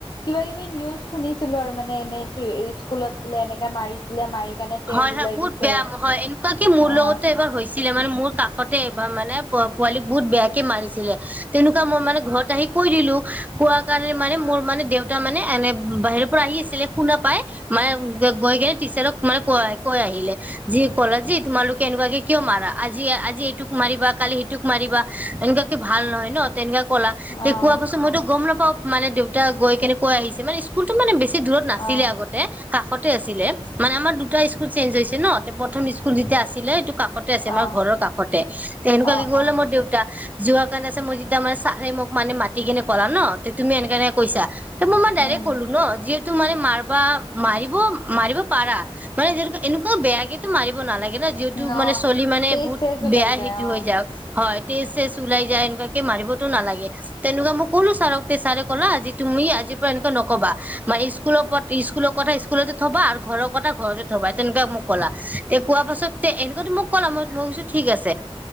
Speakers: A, on the left (about 40°); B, on the right (about 15°).
A: কিবা কিবি নিউজ। শুনিছিলো আৰু মানে এনেই স্কুলত বোলে এনেকে মাৰিছিলে মাৰি কাৰণে তেজ
B: হয় হয়
A: ওলাই
B: বহুত
A: দিছে
B: বেয়া হয় এনেকুৱা কি মোৰ
A: অ
B: লগতো এবাৰ হৈছিলে মানে মোৰ কাষতে এবাৰ মানে পো পোৱালি বহুত বেয়াকে মাৰিছিলে তেনেকুৱা মই মানে ঘৰত আহি কৈ দিলো কোৱা কাৰণে মানে মোৰ মানে দেউ তা মানে এনে বাহিৰৰ পৰা আহি আছিলে শুনা পাই মাই গৈ কেনে টিচাৰক মানে কয় কৈ আহিলে যি কালা যি তোমালোকে এনেকুৱাকে কিয় মাৰা আজি আজি এইটোক মাৰিবা কালি সিটোক মাৰিবা এনেকুৱাকে ভাল নহয় নহ তেনেকুৱা। ক'লা তে
A: অ অ
B: কোৱা
A: অ
B: পাছত মইতো গম নাপাওঁ মানে দেউতা গৈ কেনে কৈ আহিছে মানে স্কুলতো মানে বেছি। দূৰত
A: অ',
B: নাছিলে আগতে কাষতে আছিলে। মানে আমাৰ দুটা স্কুল চেঞ্জ হৈছে নহ প্ৰথম স্কুল যেতিয়া আছিলে এইটো। কাষতে আছে
A: অ',
B: মাৰ ঘৰৰ কাষতে এনেকুৱাকে
A: অ',
B: গ'লে
A: অ',
B: মোৰ দেউতা। যোৱা কাৰণে <unintelligible> মোক যেতিয়া মানে ছাৰে মোক মানে মাতি কিনে ক'লা নহ তে তুমি এনেক কাৰণে কৈছা। মই মানে ডাইৰেক্ট
A: উম,
B: ক'লো নহ যিহেতু মানে মাৰিবা মাৰিব মাৰিব। পাৰা মানে যিহেতুকে এনেকুৱা বেয়াকেতো মাৰিব নালাগে নহ। যিহেতু
A: ন
B: মানে চলি মানে
A: তেইশ
B: বহুত
A: তেইশ ওলাই
B: বেয়া সেইটো
A: অ',
B: হৈ যায় হয়। তেজ চজ ওলাই যায় এনেকুৱাকে মাৰিবতো নালাগে তেনেকুৱা মোক ক'লো ছাৰক তে ছাৰে ক'লা আজি তুমি আজি। আজিৰ পৰা এনেকে নকবা মানে স্কুলৰ স্কুলৰ কথা স্কুলৰ থবা আৰু। ঘৰৰ কথা ঘৰতে থবা তেনেকুৱা মোক ক'লা তে কোৱা পাছত তে এনেকুৱো মোক ক'লা মই মই কৈছোঁ ঠিক আছে।